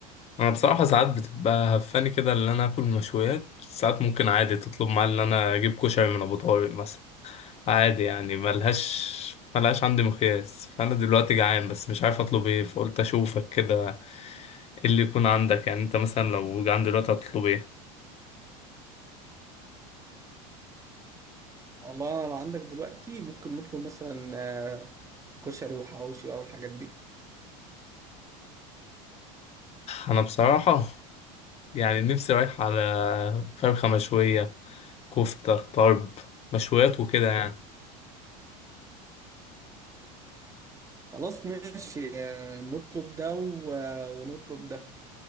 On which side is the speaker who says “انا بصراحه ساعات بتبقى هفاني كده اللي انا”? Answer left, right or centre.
Left